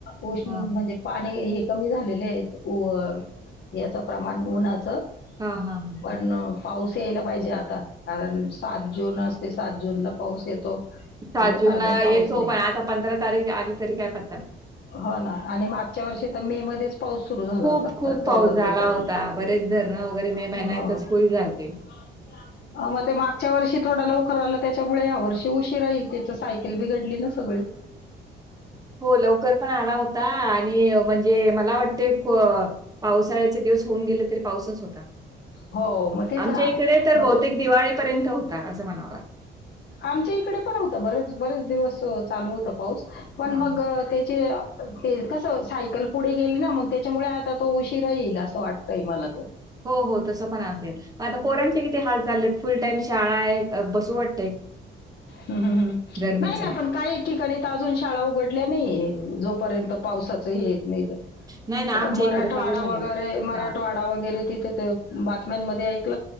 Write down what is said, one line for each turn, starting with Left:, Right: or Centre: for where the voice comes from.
Left: उष्ण
Right: हां.
Left: म्हणजे पाणी हे कमी झालेले आहेत याचं प्रमाण उन्हाचं
Right: हां, हां, हां.
Left: पण पाऊस यायला पाहिजे आता कारण सात जून असते सात जूनला पाऊस येतो
Right: सात
Left: आणि आता
Right: जूनला
Left: अजून
Right: यच
Left: पाऊस
Right: हो
Left: नाही
Right: पण आता पंधरा तारीख आली तरी काय प
Left: हो ना आणि मागच्या वर्षी तर मे मध्येच पाऊस सुरू झाला
Right: खूप
Left: होता
Right: खूप
Left: परत चौदा
Right: पाऊस झाला
Left: मे पासून
Right: होता बरेच धरण वगैरे मे
Left: हो
Right: महिन्यात फुल राहते
Left: <inaudible> मग ते मागच्या वर्षी थोडा लवकर आला त्याच्यामुळे ह्या वर्षी उशीर राहील त्याच्या सायकल बी घडली ना सगळी
Right: हो लवकर पण आला होता आणि म्हणजे मला वाटते पावसाळ्याचे दिवस होऊन गेले तरी पावसच होता
Left: हो मग तेच
Right: आमच्या
Left: ना
Right: इकडे तर
Left: मग
Right: बहुतेक
Left: तो
Right: दिवाळीपर्यंत होता असं म्हणावं लागत
Left: आमच्या इकडे पण होत बरेच बरेच दिवस चालू होत पाऊस पण
Right: हां.
Left: मग त्याचे ते कस सायकल पुढे गेली ना मग त्याच्यामुळे आता तो उशिरा येईल असं वाटतय मला तो
Right: हो हो तसं पण असेल प आता पोर्यांचे किती हाल चाललेत फुल टाइम शाळा आहे बसूट
Left: हम् हम् हम्
Right: गरमीचं?
Left: नाही ना पण काही ठिकाणी तर अजून शाळा उघडल्या नाही जोपर्यंत पावसाचही येत नाही
Right: नाही ना,
Left: आता
Right: आमच्या
Left: मराठवाडा
Right: इकडे चालू
Left: वगैरे
Right: झाल्या शाळा.
Left: मराठवाडा वरे तथ बातम्यां ऐक